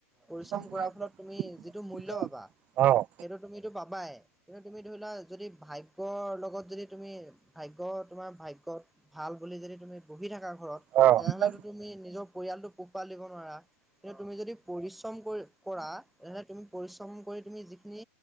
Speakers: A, in the centre; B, on the right.
A: পৰিশ্ৰম
B: অ'। হয়।
A: কৰাৰ ফলত তুমি যিটো মূল্য পাবা,
B: অ'।
A: সেইটো তুমিটো পাবাই। কিন্তু তুমি ধৰিলোৱা যদি ভাগ্যৰ লগত যদি তুমি ভাগ্য তোমাৰ ভাগ্যত ভাল বুলি যদি তুমি বহি থাকা ঘৰত
B: অ'।
A: তেনেহলেতো তুমি নিজৰ পৰিয়ালতটো পোহ পাল দিব নোৱাৰা কিন্তু তুমি যদি পৰিশ্ৰম কৰি কৰা তেনেহলে তুমি পৰিশ্ৰম কৰি তুমি যিখিনি